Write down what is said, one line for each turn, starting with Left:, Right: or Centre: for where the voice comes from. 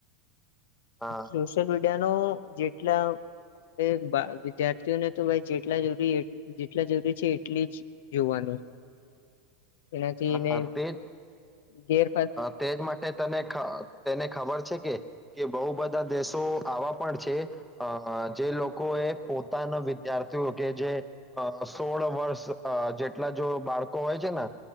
Centre: અ
Left: સોશિયલ મીડિયા નું. જેટલા આપણે વિદ્યાર્થીઓને તો ભાઈ જેટલા જરૂરી જેટલા જરૂરી છે એટલી જ જોવાનું. એનાથી
Centre: હા
Left: એને
Centre: તે જ
Left: ગેર
Centre: તેજ માટે તને તેને ખબર છે કે કે બઉ બધા દેશો આવા પણ છે અ જે લોકો એ પોતાના વિદ્યાર્થીઓ કે જે અ સોળ વર્ષ અ જેટલા જો બાળકો હોય છે ને